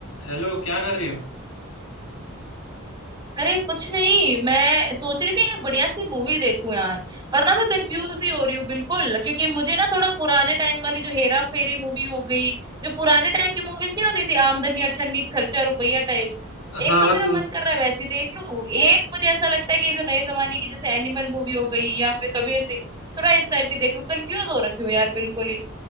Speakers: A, on the left; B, on the right.
A: हेलो क्या कर रही हो
B: अरे कुछ नहीं मैं सोच रही थी एक बढ़िया सी मूवी देखूं यार वरना मैं कंफ्यूज ही हो रही हूँ बिल्कुल क्योंकि मुझे ना थोड़ा पुराने टाइम वाली जो हेरा फेरी मूवी हो गई जो पुराने टाइप की मूवीज नहीं होती थी आमदनी अठन्नी खर्चा रुपया टाइप एक
A: हाँ
B: तो
A: मतलब
B: मेरा मन कर रहा है वैसी देख लूं एक मुझे ऐसा लगता है कि जो नए जमाने की जैसे एनिमल मूवी हो गई या फिर कबीर सिंह थोड़ा इस टाइप की देख लूं कंफ्यूज हो रखी हूँ यार बिल्कुल ही